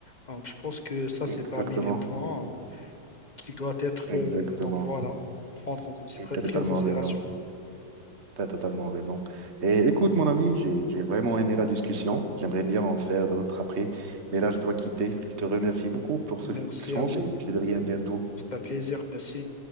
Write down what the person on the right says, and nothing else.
Exactement,
exactement.
Et t'as
totalement
raison. T'as totalement raison. Et écoute, mon ami, j'ai, j'ai vraiment aimé la discussion. J'aimerais bien en faire d'autres après, mais là, je dois quitter. Je te remercie beaucoup pour ce
<laughs> échange
et je te dirai à bientôt.